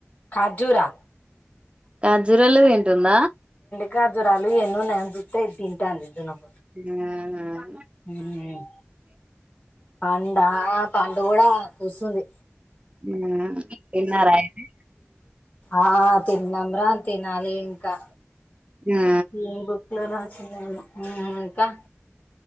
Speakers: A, on the left; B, on the right.
A: అర్జురా
B: ఖర్జురలు తిన్ తుంద
A: ఖజురాలు ఎన్నునయని జూతే ఇది తింటంది <unintelligible>
B: ఊమ్ ఊమ్
A: ఊమ్ పండా పండు కూడా జూస్తుంది
B: మ్మ్ తిన్నారా అయితే
A: ఆ తిన్నంమ్ర తినాలి ఇంకా
B: ఆ
A: ఏ బుక్ లో మ్మ్ ఇంకా